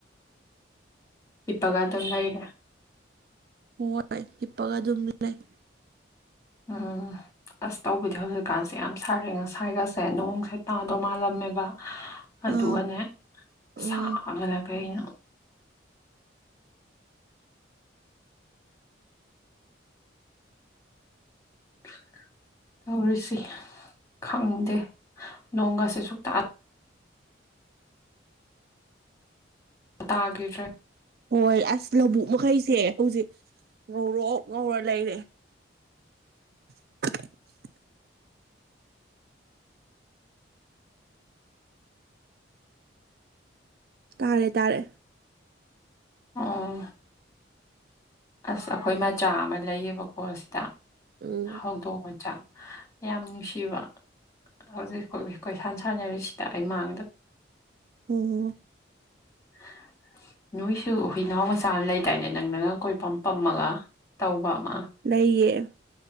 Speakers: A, on the left; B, on the right.
A: ꯏꯄꯥꯒ ꯑꯗꯨ ꯂꯏꯔ
B: ꯍ ꯏꯄꯒ ꯑꯗꯨꯝ ꯂꯩ
A: ꯎꯝ ꯑꯁ ꯇꯧꯕꯤꯗꯤ ꯍꯧꯖꯤꯛꯀꯥꯟꯁꯦ ꯌꯥꯝ ꯁꯥꯔꯦ ꯉꯁꯥꯏꯒꯁꯦ ꯅꯣꯡꯁꯦ ꯇꯥꯗꯧ ꯃꯥꯜꯂꯝꯃꯦꯕ ꯑꯗꯨꯒꯅꯦ
B: ꯑꯥ ꯎꯝ
A: ꯁꯥꯕꯅ ꯀꯩꯅꯣ <unintelligible> ꯇꯧꯔꯤꯁꯤ ꯈꯪꯗꯦ ꯅꯣꯡꯒꯁꯤꯦ ꯁꯨꯛꯇ ꯇꯥꯈꯤꯗ꯭ꯔꯦ
B: ꯍꯣꯏ ꯑꯁ ꯂꯧꯕꯨꯛ ꯃꯈꯩꯁꯦ ꯍꯧꯖꯤꯛ ꯉꯧꯔꯣꯛ ꯉꯧꯔ ꯂꯩꯔꯦ <unintelligible> ꯇꯥꯔꯦ ꯇꯥꯔꯦ
A: ꯑꯣ ꯑꯁ ꯑꯩꯈꯣꯏ ꯃꯆꯥ ꯑꯃ ꯂꯩꯌꯦꯕꯀꯣ ꯁꯤꯗ
B: ꯎꯝ
A: ꯍꯧꯗꯣꯡ ꯃꯆꯥ ꯌꯥꯝ ꯅꯨꯡꯁꯤꯕ ꯍꯧꯖꯤꯛ ꯑꯩꯂꯤ ꯀꯣꯏ ꯁꯥꯟ ꯁꯥꯟꯅꯔꯤꯁꯤꯗ ꯑꯩ ꯃꯥꯡꯗ
B: ꯎꯝ
A: <unintelligible> ꯅꯣꯏꯁꯨ ꯍꯨꯏꯅꯥꯎ ꯃꯆꯥꯅ ꯂꯩꯇꯏꯅꯦ ꯅꯪꯅꯅ ꯀꯣꯏ ꯄꯝ ꯄꯝꯃꯒ ꯇꯧꯕ ꯑꯃ
B: ꯂꯩꯌꯦ